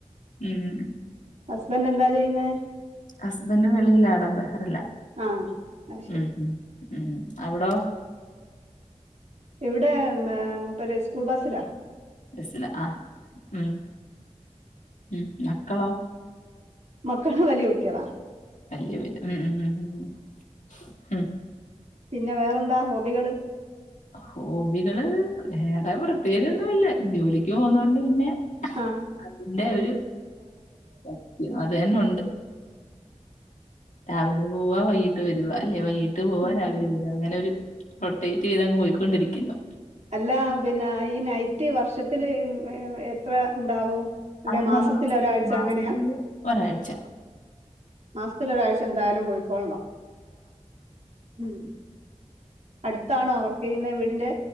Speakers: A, on the left; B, on the right.
A: ഉം ഉം
B: ഹസ്ബന്റ് എന്താ ചെയ്യുന്നേ
A: ഹസ്ബന്റ് വെളിയിലാടാ ബെഹ്റില
B: ആ ആ ശരി
A: ഉം ഉം ഉം അവിടോ
B: ഇവിടെ മേ മൂപ്പര് സ്കൂൾ ബസ്സിലാ
A: ബസില ആഹ് ഉം ഉം മക്കളോ
B: മക്കള് വലിയ കുട്ടികളാ
A: വല്യ വര് ഉം ഉം ഉം ഉം
B: പിന്നെ വേറെന്താ ഹോബികള്
A: ഹോബികള് വേറെ പ്രത്യേകിച്ചൊന്നൂല്ല ജോലിക്ക് പോകുന്നോണ്ട് പിന്നെ
B: ആഹ്
A: അതിന്റെ ഒരു സത്യം അത് തന്നെ ഉണ്ട് രാവിലെ പോവ വൈകിട്ട് വരുവാ അല്ലെ വൈകീട്ട് പോവ
B: ഉം
A: രാവിലെ വരുവ അങ്ങനെ ഒരു റൊട്ടെ ചെയ്തങ്ങ് പോയിക്കൊണ്ടിരിക്കുന്നു
B: അല്ല പിന്നെ ഈ നൈറ്റ് വർഷത്തില് എത്ര ഇണ്ടാവും അല്ലെ
A: അല്ലട
B: മാസത്തില്
A: മാസ
B: ഒരാഴ്ച
A: മാസത്തില്
B: അങ്ങനെയാ
A: ഒരാഴ്ച
B: മാസത്തില് ഒരാഴ്ച എന്തായാലും പോയ്ക്കൊൾണം ഉം അടുത്താണോ വർക്ക് ചെയ്യുന്ന വീടിന്റെ